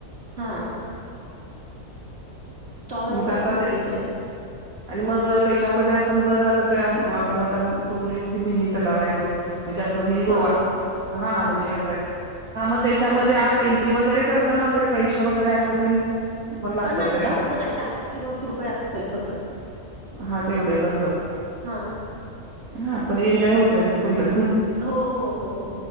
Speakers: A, on the right (about 50°); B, on the right (about 80°).
A: हा स्टॉल असतात
B: मग आता
A: खूप
B: ते
A: तिकडे.
B: आणि मग त्याच्यामध्ये आपण जर आता त्या आपण आता तू बोललीस की मिनी तलाव हाय तो म्हणजे असं मिनी गोवा
A: हा
B: असं हा म्हणजे असं हाय. हा मग त्याच्यामध्ये
A: हा
B: आत एंट्री वगैरे करतना वगैरे पैसे वगैरे अस ते पण लागतात
A: नाही
B: त्याला
A: जास्त <unintelligible> रुपये असेल फक्त
B: हा तेवढेच असेल
A: हा
B: हा पण एन्जॉय होतोय फुल्ल.
A: हो, हो हो हो